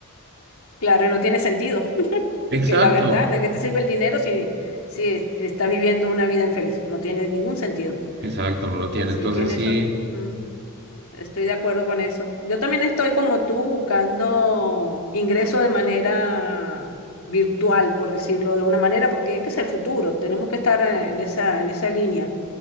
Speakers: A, on the left; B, on the right.
A: Claro, y no tiene sentido.
B: Exacto,
A: Que la verdad, ¿de qué te sirve el dinero si, si, si estás viviendo una vida infeliz? No tiene ningún sentido.
B: exacto, no lo tiene.
A: Así
B: Entonces
A: que en eso
B: sí.
A: mm, estoy de acuerdo con eso. Yo también estoy como tú buscando ingresos de manera virtual, por decirlo de una manera, porque es que es el futuro. Tenemos que estar eh, en esa, en esa línea